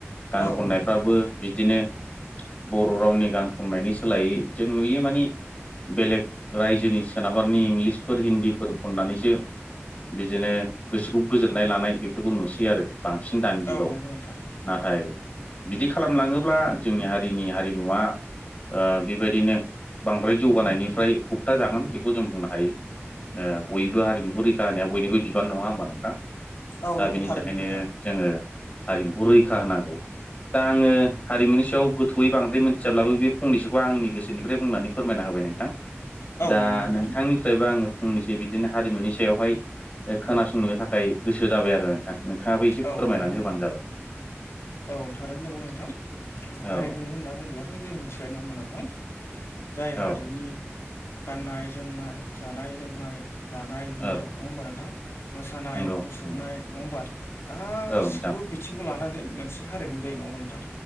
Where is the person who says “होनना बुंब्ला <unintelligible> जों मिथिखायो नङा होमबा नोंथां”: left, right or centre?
Left